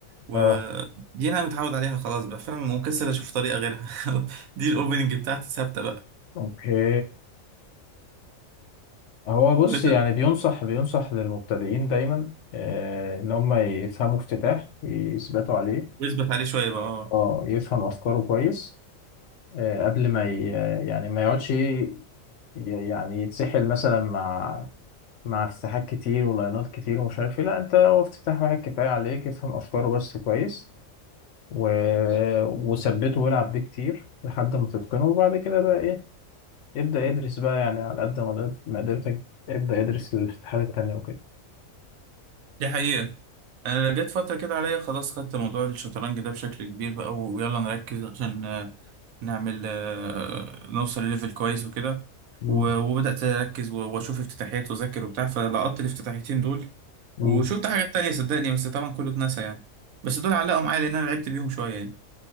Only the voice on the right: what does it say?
ودي
انا متعود عليها خلاص بقى فاهم ومكسل اشوف طريقه غيرها <laughs> دي الاوبننج بتاعتي ثابته بقى
طب انت
اثبت عليه شويه بقى اه
دي حقيقه انا جت فتره كده عليا خلاص خدت موضوع الشطرنج ده بشكل كبير بقى ويلا نركز عشان نعمل آه، نوصل لليفل كويس وكده
و- وبدأت أركز و- وأشوف افتتاحيات وأذاكر وبتاع فلقطت الافتتاحيتين دول
وشفت حاجات تانية صدقني بس طبعا كله اتنسى يعني بس دول علقوا معايا لأن أنا لعبت بيهم شوية يعني